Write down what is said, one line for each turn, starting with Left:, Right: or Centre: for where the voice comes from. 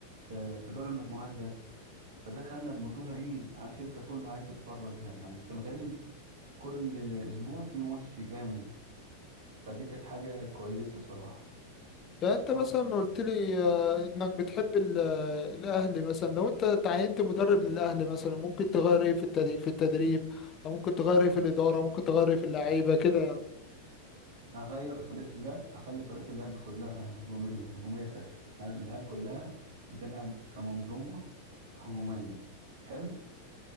Right: في في دور المجموعات بس فده خلى البطولة إيه عارف أنت كله عايز يتفرج يعني يعني في الغالب كل أسبوع في ماتش جامد فدي كانت حاجة كويسة صراحة
Left: يعني انت
Right: واحد،
Left: مثلا قلت لي آه، انك بتحب ال- آه، الاهلي مثلا لو انت تعينت مدرب للاهلي مثلا ممكن تغير ايه في التدريب في التدريب او ممكن تغير ايه في الاداره ممكن تغير ايه في اللعيبه كده يعني
Right: هغير طريقة اللعب أخلي طريقة اللعب كلها هجومية هجومية فشخ يعني العيال كلها بتلعب كمنظومة هجومية حلو